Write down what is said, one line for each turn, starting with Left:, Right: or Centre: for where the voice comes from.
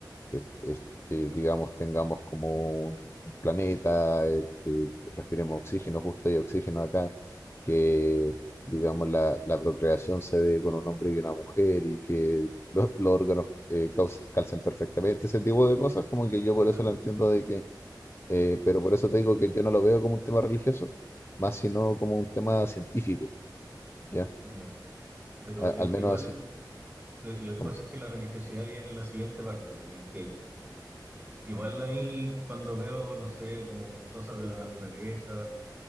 Left: es- es- eh, digamos, tengamos como un, un planeta, eh, que respiremos oxígeno justo y oxígeno acá, que, digamos, la, la procreación se dé con un hombre y una mujer y que los, los órganos eh, caus- calcen perfectamente, ese tipo de cosas, como que yo por
Right: Claro,
Left: eso lo entiendo de que eh, pero por eso te digo que yo no lo veo como un tema religioso, más sino como un tema científico, ¿ya?
Right: ya. Pero
Left: A-
Right: es
Left: al
Right: que
Left: menos
Right: igual...
Left: así,
Right: Lo, lo
Left: como-
Right: que pasa es que la religiosidad viene en la siguiente parte, pues, en que igual a mí cuando veo, no sé, como cosas de la naturaleza